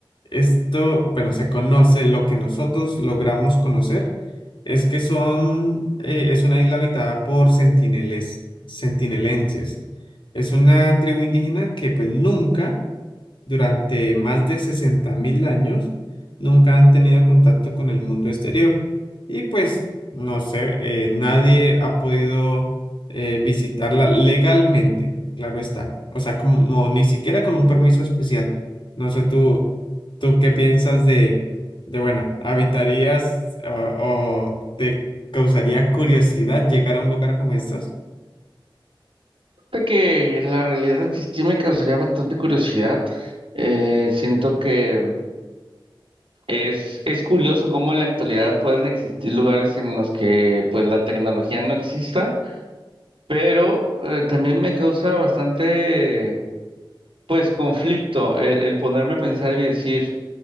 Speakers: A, on the left (about 65°); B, on the right (about 80°).
A: esto, bueno, se conoce, lo que nosotros logramos conocer es que son, eh, es una isla habitada por centineles, centinelenses. Es una tribu indígena que pues nunca durante más de 60.000 años nunca han tenido contacto con el mundo exterior. Y pues, no sé, eh, nadie ha podido eh, visitarla legalmente, claro está. O sea, como no, ni siquiera con un permiso especial. No sé, tú, tú qué piensas de, de bueno, ¿habitarías o, o te causaría curiosidad llegar a un lugar como estos?
B: De que la realidad es que sí me causaría bastante curiosidad. Eh, siento que Es, es curioso cómo en la actualidad pueden existir lugares en los que pues la tecnología no exista, pero eh, también me causa bastante pues conflicto el, el ponerme a pensar y decir,